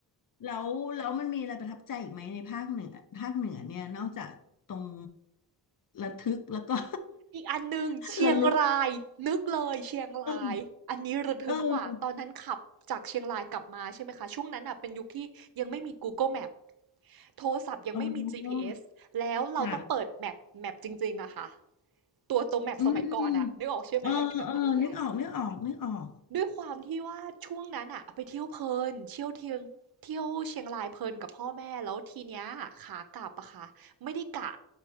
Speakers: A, on the left; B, on the right.
A: แล้วแล้วมันมีอะไรประทับใจอีกไหมในภาคเหนือภาคเหนือเนี่ยนอกจากตรงระทึกแล้วก็
B: อีกอันหนึ่งเชียงรายนึกเลยเชียงรายอันนี้ระทึกกว่าตอนนั้นขับจากเชียงรายกลับมาใช่ไหมคะช่วงนั้นอ่ะเป็นยุคที่ยังไม่มี
A: <laughs> ระลึกเออเออ
B: Google Map โทรศัพท์ยังไม่มี
A: อ๋อ
B: GPS แล้วเราต้องเปิดแมปแมปจริงๆอะค่ะ
A: จ้ะ
B: ตัวตัวแมปสมัยก่อนอะนึกออกใช่ไหมที่แบบเป็นใหญ่
A: อืมเออเออนึกออกนึกออกนึกออก
B: ด้วยความที่ว่าช่วงนั้นอะไปเที่ยวเพลินเที่ยวเทียงเที่ยวเชียงรายเพลินกับพ่อแม่แล้วทีเนี้ยขากลับอะค่ะไม่ได้กะ